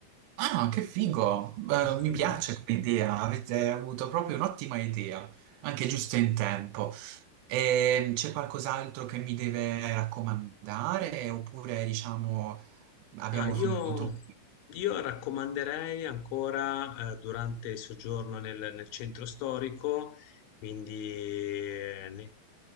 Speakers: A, on the right (about 80°); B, on the left (about 75°).
A: Ah, no, che figo!
B: <laughs>
A: Eh, mi piace come idea, avete avuto proprio un'ottima idea, anche giusto in tempo. E c'è qualcos'altro che mi deve raccomandare oppure diciamo abbiamo
B: Ma io,
A: finito qui?
B: io raccomanderei ancora eh, durante il soggiorno nel, nel centro storico, quindi eh, ne-